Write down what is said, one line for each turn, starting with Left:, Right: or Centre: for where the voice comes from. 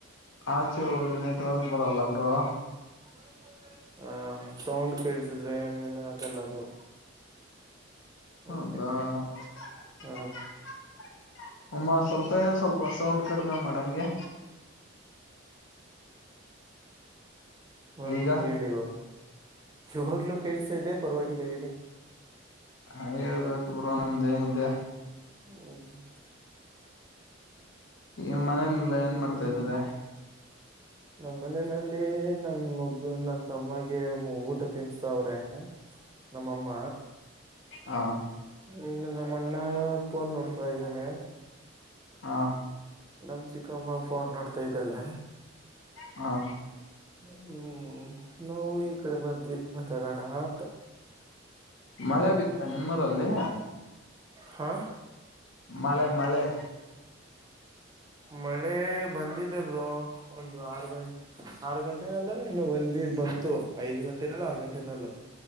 Left: ಆಚೆ ಹೋದ್ರೆ ನೆಟ್ವರ್ಕ್ ಬರಲ್ಲ ಬ್ರು
Right: <unintelligible> ಹ ಸೌಂಡ್ ಕೇಳಸಿದ್ರೆ ಆಮೇಲೆ ಆಗಲ್ಲ ಅದು
Left: <unintelligible>
Right: ಅದಕ್ಕೆ ಹ
Left: ಅಮ್ಮ ಸ್ವಲ್ಪೇ ಸ್ವಲ್ಪ ಸೌಂಡ್ ಕಡಿಮೆ ಮಾಡಂಗೆ
Right: ಹ್ಮ
Left: ಈಗ
Right: ಹೇಳಿ ಇವಾಗ ಇವಾಗ್ಲೂ ಕೇಳಿಸತಾ ಇದೆ ಪರವಾಗಿಲ್ಲ ಹೇಳಿ
Left: ಹ ಹೇಳ್ಬೇಕು ಬ್ರೋ ನಮ್ದ ಏನಿದೆ
Right: ಹ್ಮ
Left: ಈ ಮನೇಲೆ ಏನ್ ಮಾಡ್ತಾ
Right: ಹ್ಮ್
Left: ಇದ್ದಿರಾ
Right: ನಮ್ಮ ಮನೆಯಲ್ಲಿ ನಮ ಮಗಳ ನನ್ ತಮ್ಮಗೆ ಊಟ ತಿನ್ಸ್ತಾವ್ರೆ ನಮ್ಮಮ್ಮ
Left: ಹಾ
Right: ಇನ್ನು ನಮ್ಮ ಅಣ್ಣ ಪೋನ್ ನೋಡ್ತಾ ಇದ್ದನೆೆ
Left: ಹಾ
Right: ನಮ್ಮ ಚಿಕ್ಕಮ್ಮ ಫೋನ್ ನೋಡ್ತಾ ಇದ್ದಾಳೆ.
Left: <unintelligible> ಹಾ
Right: ಹ್ಮ್ ನಾವು ಈ ಕಡೆ ಬಂದ್ವಿ ಮಾತಡಣ ಅಂತ.
Left: ಮಳೆ ಬಿತ್ತ ನಿಮ್ಮೂರಲ್ಲಿ
Right: ಹಾ
Left: ಮಳೆ ಮಳೆ
Right: ಮಳೆ ಬಂದಿದೆ ಬ್ರೋ ಒಂದು ಆರು ಗಂಟೆ ಆರ್ ಗಂಟೆನಲ್ಲ ಏನು ಬಂದಿ ಬಂತು ಐದ್ ಗಂಟೆನಲ್ಲೋ ಆರ್ ಗಂಟೆನಲ್ಲೋ.